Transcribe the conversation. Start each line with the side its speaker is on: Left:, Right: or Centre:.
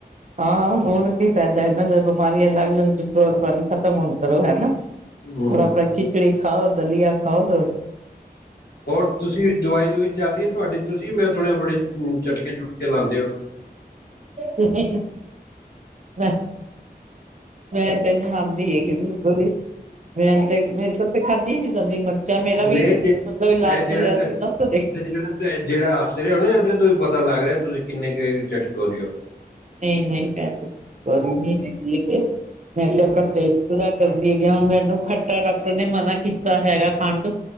Right: ਹਾਂ ਹੁਣ ਕੀ ਫਾਇਦਾ ਏ ਨਾ ਜੇ ਬਿਮਾਰੀਆਂ ਲੱਗ ਜਾਣ ਤੇ ਖਤਮ ਹੋਣ ਕਰੋ ਹੈਨਾ।
Left: ਹੂੰ
Right: ਹੁਣ ਆਪਣਾ ਖਿਚੜੀ ਖਾਓ, ਦਲੀਆ ਖਾਓ ਰੋਜ
Left: ਹੋਰ ਤੁਸੀਂ ਦਵਾਈ -ਦੁਵਾਈ ਚੱਲ ਰਹੀ ਆ ਤੁਹਾਡੀ, ਤੁਸੀਂ ਮੈਂ ਸੁਣਿਆ ਬੜੇ ਚਟਕੇ-ਚੁਟਕੇ ਲਾਂਦੇ ਓ।
Right: ਹੀਂ-ਹੀਂ ਬਸ। ਮੈਂ ਤੈਨੀ ਲਾਉਦੀ ਹੈਗੀ ਬਿਲਕੁਲ ਵੀ। ਮੈਂ ਤੇ ਮੇ ਤੇ ਤੇ ਖਾਂਦੀ ਨੀ ਜਾਂਦੀ ਮਿਰਚਾਂ ਮੇਰਾ ਵੀ
Left: ਨਹੀਂ
Right: ਦਾ ਵੀ
Left: ਜਿਹੜਾ
Right: ਇਲਾਜ
Left: ਜਿਹੜਾ
Right: ਚੱਲਿਆ
Left: ਤੇ
Right: ਸੀ ਉਥੋਂ ਦੀ
Left: ਇਹ ਜਿਹੜਾ ਤੇ ਜਿਹੜਾ ਹੱਸ ਰਹੇ ਹੋ ਨਾ ਇਹਦੇ ਤੋਂ ਹੀ ਪਤਾ ਲੱਗ ਰਿਹਾ ਤੁਸੀਂ ਕਿੰਨੇ ਕੁ ਚਟਕੋਰੇ ਹੋ।
Right: ਨਹੀਂ ਨਹੀਂ ਮੈਂ ਨੀ ਹੈਗੀ ਮੈਂ ਤੇ ਆਪਣਾ ਪਰਹੇਜ ਪੂਰਾ ਕਰਦੀ ਹੈਗੀ ਹੁਣ ਮੈਨੂੰ ਖੱਟਾ ਡਾਕਟਰ ਨੇ ਮਨਾ ਕੀਤਾ ਹੈਗਾ ਖਾਣ ਤੋਂ।